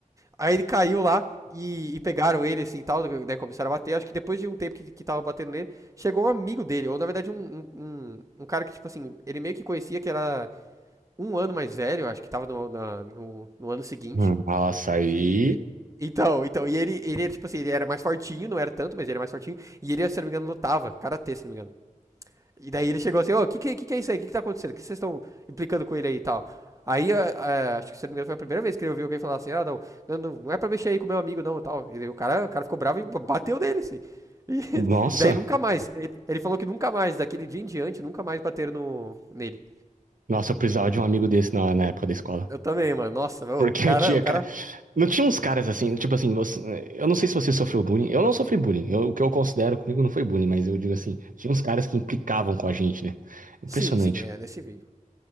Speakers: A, on the right (about 25°); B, on the right (about 75°).
A: Aí ele caiu lá e, e pegaram ele assim e tal, né, começaram a bater. Acho que depois de um tempo que, que tava batendo nele, chegou um amigo dele, ou na verdade um, um, um, um cara que, tipo assim, ele meio que conhecia que era um ano mais velho, acho que tava no, na- no, no ano seguinte.
B: Hum, Nossa, aí.
A: Que. Então, então, e ele, ele, tipo assim, ele era mais fortinho, não era tanto, mas ele era mais fortinho. E ele, se não me engano, lutava, karatê, se não me engano. E daí ele chegou assim, ô, o que, que, que é isso aí? O que, que tá acontecendo? O que vocês estão implicando com ele aí e tal? Aí, ah, ah, acho que se não me engano, foi a primeira vez que ele ouviu alguém falar assim, ah, não, não, não, é pra mexer aí com o meu amigo, não, e tal. E daí o cara, o cara ficou bravo e bateu nele, assim. E, <laughs>
B: Nossa!
A: e daí nunca mais. Ele, ele falou que nunca mais, daquele dia em diante, nunca mais bateram no, nele.
B: Nossa, eu precisava de um amigo desse na, na época da escola.
A: Eu também, mano. Nossa, meu,
B: Porque
A: o cara,
B: <laughs> tinha.
A: o cara.
B: ca- Não tinha uns caras assim, tipo assim, você- eu não sei se você sofreu bullying. Eu não sofri bullying. Eu- o que eu considero comigo não foi bullying, mas eu digo assim, tinha uns caras que implicavam com a gente, né? Impressionante.
A: Sim, sim, é nesse vídeo.